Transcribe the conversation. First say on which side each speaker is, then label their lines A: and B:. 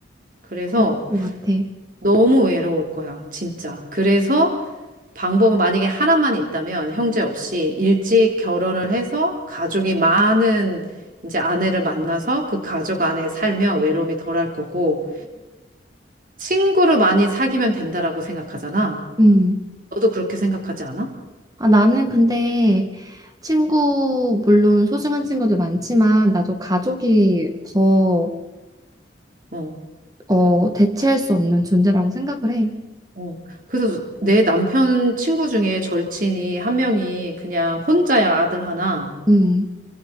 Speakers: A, on the right; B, on the right.
A: 그래서
B: 그럴 것 같아.
A: 너무 외로울 거야, 진짜. 그래서 방법은 만약에 하나만 있다면 형제 없이 일찍 결혼을 해서 가족이 많은 이제 아내를 만나서 그 가족 안에 살면 외로움이 덜할 거고 친구를 많이 사귀면 된다라고 생각하잖아.
B: 음.
A: 너도 그렇게 생각하지 않아?
B: 아, 나는 근데 친구, 물론 소중한 친구도 많지만, 나도 가족이 더,
A: 어.
B: 어, 대체할 수 없는 존재라고 생각을 해.
A: 어. 그래서 내 남편 친구 중에 절친이 한 명이 그냥 혼자야 아들 하나.
B: 음,